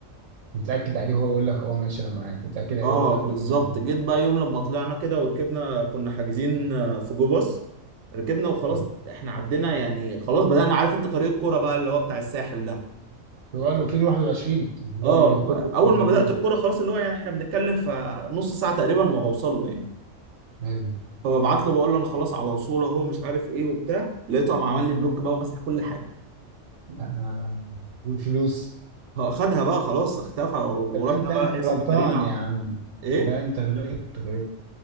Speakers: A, on the right (about 80°); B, on the right (about 65°).
A: وتتاكد عليه هو يقول لك اه ماشي انا معاك وتتاكد عليه
B: اه
A: ويقول لك
B: بالظبط
A: انا مش مين
B: جيت بقى يوم لما طلعنا كده وركبنا كنا حاجزين آه، في جو باص ركبنا وخلاص
A: تمام.
B: احنا عدينا يعني خلاص بدأنا عارف انت طريق الكوره بقى اللي هو بتاع الساحل ده
A: اللي هو الوكيل 21 اللي
B: اه
A: هو بكل
B: ب-
A: الكوره
B: اول ما
A: مم.
B: بدات الكوره خلاص اللي هو يعني احنا بنتكلم في نص ساعه تقريبا وهوصل له يعني
A: ايوه
B: فببعت له بقول له انا خلاص على وصول اهو مش عارف ايه وبتاع لقيته قام عمل لي بلوك بقى ومسح كل حاجه
A: آه. والفلوس
B: اه، خدها بقى خلاص اختفى و-
A: طب
B: ورحنا
A: انت
B: بقى
A: انت
B: اسم
A: غلطان
B: مارينا ع-
A: يا عم
B: ايه
A: لا انت غلطت غلطت